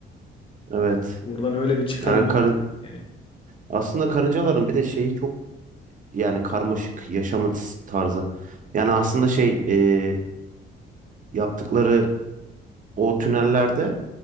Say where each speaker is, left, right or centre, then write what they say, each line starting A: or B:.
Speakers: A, on the right; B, on the left.
A: Evet.
B: <laughs> Buradan öyle bir çıkarım.
A: Yani
B: yapıyorum.
A: karın
B: Yani
A: aslında karıncaların bir de şeyi çok yani karmaşık yaşama s- tarzı. Yani aslında şey e, yaptıkları o tünellerde